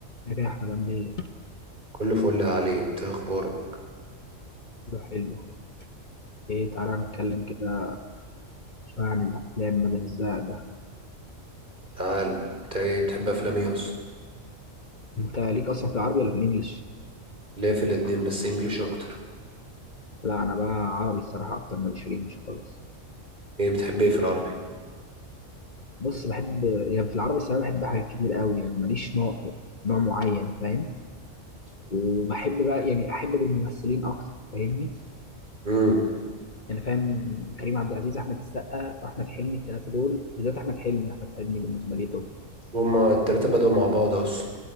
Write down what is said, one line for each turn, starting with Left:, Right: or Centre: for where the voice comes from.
Left: يا جاي احمد عامل ايه؟
Right: كله فل عليه انت إيه اخبارك
Left: كله حلو ايه تعالى نتكلم كده شوية عن الأفلام بدل الزهق ده
Right: تعالى انت ايه بتحب افلام ايه اصلا
Left: انت ليك أصلا في العربي ولا في الإنجليش؟
Right: ليه في الاتنين بس انجليش اكتر
Left: لا أنا بقى عربي الصراحة أكتر ماليش في الإنجليش خالص
Right: ايه بتحب ايه في العربي
Left: بص بحب يعني في العربي الصراحة بحب حاجات كتير قوي يعني ماليش نوع نوع معين فاهم؟ وبحب بقى يعني أحب بالممثلين أكتر فاهمني؟
Right: امم
Left: يعني فاهم كريم عبد العزيز أحمد السقا أحمد حلمي التلاتة دول بالذات أحمد حلمي أحمد حلمي بالنسبة لي توب
Right: هما التلاتة بدأوا مع بعض اصلا